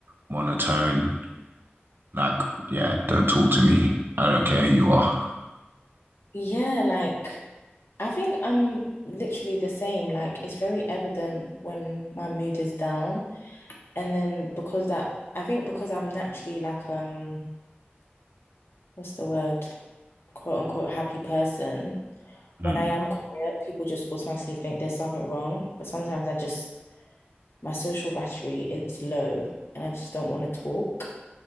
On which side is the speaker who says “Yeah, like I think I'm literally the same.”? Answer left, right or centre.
Left